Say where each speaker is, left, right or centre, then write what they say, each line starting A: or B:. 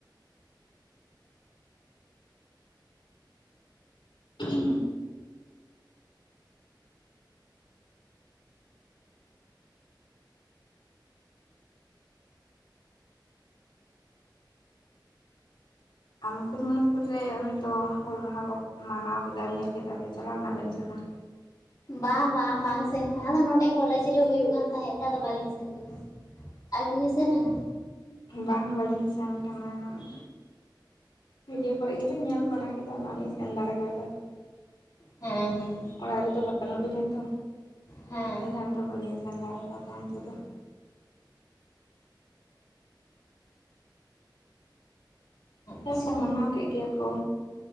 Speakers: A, on the left; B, on the left.
A: ᱩᱸᱜᱼᱦᱩᱸᱻ ᱾ ᱟᱢ, ᱢᱩᱠᱩᱴᱢᱩᱱᱤᱯᱩᱨ ᱨᱮ, ᱩᱱᱤ ᱫᱚ ᱦᱩᱞ ᱢᱟᱦᱟ ᱠᱚ, ᱢᱟᱱᱟᱣ ᱠᱮᱫᱟ ᱾ ᱧᱮᱞ ᱠᱮᱫᱟ ᱯᱮ, ᱪᱟᱞᱟᱣ ᱮᱱᱟ, ᱵᱮᱱ ᱥᱮ ᱵᱟᱝ?
B: ᱵᱟᱝ, ᱵᱟᱝ, ᱵᱟᱝ ᱥᱮᱱᱚᱜ, ᱟᱫᱚ ᱱᱚᱰᱮ, ᱠᱚᱞᱮᱮᱡ ᱨᱮ, ᱦᱩᱭᱩᱜ ᱠᱟᱱ ᱛᱟᱦᱮᱸᱫ ᱛᱮ, ᱟᱫᱚ ᱵᱟᱟᱹᱞᱤᱧ, ᱥᱮᱱ ᱞᱮᱱᱟ ᱾ ᱟᱹᱵᱤᱱ, ᱵᱤᱱ ᱥᱮᱱ ᱞᱮᱱᱟ?
A: ᱵᱟᱝ? ᱵᱟᱹᱞᱤᱧ ᱥᱮᱱ ᱟᱠᱟᱱᱟ ᱾ ᱵᱷᱤᱰᱭᱳ ᱠᱚᱨᱮ, ᱜᱮᱞᱤᱧ ᱧᱮᱞ ᱵᱟᱲᱟ ᱠᱮᱫᱟ ᱾ ᱵᱟᱝᱞᱤᱧ ᱥᱮᱱ, ᱫᱟᱲᱮ ᱠᱟᱣᱫᱟ ᱾
B: ᱦᱮᱸ, ᱦᱮᱸ ᱾
A: ᱚᱲᱟᱜ ᱨᱮᱫᱚ, ᱵᱟᱹᱱᱩᱜ ᱞᱤᱧᱟ ᱛᱚ,
B: ᱦᱮᱸ
A: ᱛᱟᱦᱚᱞᱮ ᱟᱫᱚ, ᱵᱟᱹᱞᱤᱧ ᱥᱮᱱ ᱫᱟᱲᱮ ᱣᱟᱠᱟᱣᱟᱫᱟ, ᱛᱟᱦᱮᱱ ᱚᱱᱛᱮ ᱫᱚ ᱾
B: ᱟᱪᱪᱷᱟ
A: ᱱᱚᱛᱮ ᱦᱚᱸᱠᱚ ᱢᱟᱱᱟᱣ ᱠᱮᱫ, ᱜᱮᱭᱟ ᱠᱚ